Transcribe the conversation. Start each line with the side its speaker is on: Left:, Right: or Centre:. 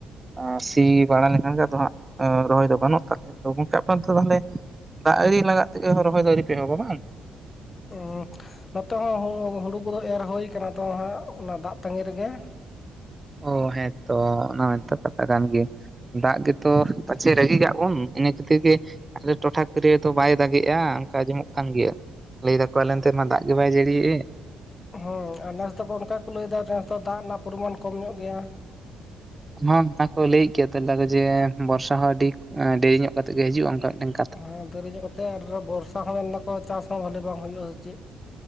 Right: ᱟᱨ ᱥᱤ ᱵᱟᱲᱟ ᱞᱮᱱ ᱠᱷᱟᱱ ᱜᱮ ᱟᱫᱚ ᱦᱟᱜ ᱨᱚᱦᱚᱭ ᱫᱚ ᱜᱟ ᱱᱚᱜ <unintelligible> ᱟᱫᱚ ᱜᱚᱝᱠᱮ ᱟᱯᱟ <unintelligible> ᱛᱟᱦᱚᱞᱮ ᱫᱟᱜ ᱟᱨᱤ ᱞᱟᱜᱟᱟᱜ ᱛᱮᱜᱮ ᱨᱚᱦᱚᱭ ᱫᱚ ᱟᱨᱤ ᱯᱮ ᱮᱦᱚᱵᱟ ᱵᱟᱝ
Left: ᱚ ᱱᱚᱛᱮ ᱦᱚᱸ ᱦᱩᱲᱩ ᱠᱚ ᱫᱚ ᱮᱨ ᱦᱳᱭ ᱠᱟᱱᱟ ᱟᱫᱚ ᱦᱟᱜ ᱚᱱᱟ ᱫᱟᱜ ᱛᱟᱹᱜᱤ ᱨᱮ ᱜᱮ
Right: ᱚ ᱦᱮᱸ ᱛᱚ ᱚᱱᱟ ᱢᱟ ᱛᱚ ᱠᱟᱛᱷᱟ ᱠᱟᱱ ᱜᱮᱭᱟ ᱫᱟᱜ ᱜᱮ ᱛᱚ ᱯᱟᱪᱷᱮ ᱨᱟᱹᱜᱤ ᱠᱟᱜ ᱵᱚᱱ ᱤᱱᱟᱹ ᱠᱷᱟᱹᱛᱤᱨ ᱜᱮ ᱟᱞᱮ ᱴᱚᱴᱷᱟ ᱠᱚᱨᱮ ᱫᱚ ᱵᱟᱭ ᱫᱟᱜᱮᱜ-ᱟ ᱚᱝᱠᱟ ᱟᱸᱡᱚᱢᱚᱜ ᱠᱟᱱ ᱜᱮᱭᱟ᱾ ᱞᱟᱹᱭ ᱫᱟᱠᱚ ᱟᱞᱮ ᱚᱱᱛᱮ ᱢᱟ ᱫᱟᱜ ᱜᱮ ᱵᱟᱭ ᱡᱟᱹᱲᱤᱭᱮᱫ᱾
Left: ᱦᱳᱭ ᱟᱨ ᱱᱮᱥ ᱫᱚᱠᱚ ᱚᱱᱠᱟ ᱠᱚ ᱞᱟᱹᱭᱮᱫᱟ ᱱᱮᱥ ᱫᱚ ᱫᱟᱜ ᱨᱮᱭᱟᱜ ᱯᱚᱨᱤᱢᱟᱱ ᱠᱚᱢ ᱧᱚᱜ ᱜᱮᱭᱟ᱾
Right: ᱦᱚᱸ ᱚᱱᱟ ᱠᱚ ᱞᱟᱹᱭᱮᱫ ᱜᱮᱭᱟ, ᱟᱫᱚ ᱞᱟᱹᱭᱫᱟᱠᱚ ᱡᱮ ᱵᱚᱨᱥᱟ ᱦᱚᱸ ᱟᱹᱰᱤ ᱰᱮᱨᱤ ᱧᱚᱜ ᱠᱟᱛᱮᱜ ᱜᱮ ᱦᱤᱡᱩᱜ-ᱟ ᱚᱝᱠᱟ ᱢᱤᱫᱴᱮᱝ
Left: ᱦᱮᱸ, ᱫᱮᱨᱤ ᱧᱚᱜ ᱠᱟᱛᱮᱫ ᱟᱨ ᱵᱚᱨᱥᱟ ᱦᱚᱸ ᱢᱮᱱᱫᱟᱠᱚ ᱪᱟᱥ ᱦᱚᱸ ᱵᱷᱟᱞᱤ ᱵᱟᱝ ᱦᱩᱭᱩᱜ-ᱟ ᱥᱮ ᱪᱮᱫ?